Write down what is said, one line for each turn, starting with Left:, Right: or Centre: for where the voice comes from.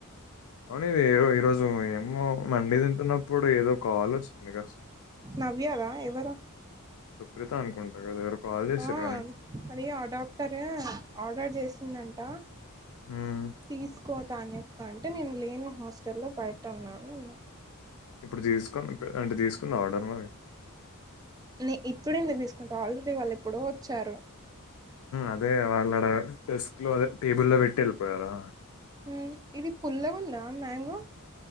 Left: అవును ఇది ఈరోజు ఏమో మండి తింటున్నప్పుడు ఏదో కాల్ వచ్చింది గా
Right: నవ్యనా ఎవరు
Left: సుప్రీత అనుకుంటా కదా ఎవరో కాల్ చేసారు
Right: మరి ఆ
Left: కానీ
Right: అది అడాప్టార్ ఆర్డర్ చే వచ్చిందంట
Left: ఉమ్,
Right: తీసుకో తాన్యక్క అంటే నేను లేను హాస్టల్లో బయట ఉన్నాను అన్న
Left: ఇప్పుడు తీసుకు అంటే తీసుకున్నవ ఆర్డర్ మరి
Right: నే ఇప్పుడు ఎందుకు తీసుకుంట ఆల్రెడీ వాళ్ళు ఎప్పుడో వచ్చారు
Left: అదే వాళ్ళడ డెస్క్ లో అదే టేబుల్ లో పెట్టి ఎళ్ళిపోయారా
Right: హ్మ్ ఇది పుల్లగుందా మ్యాంగో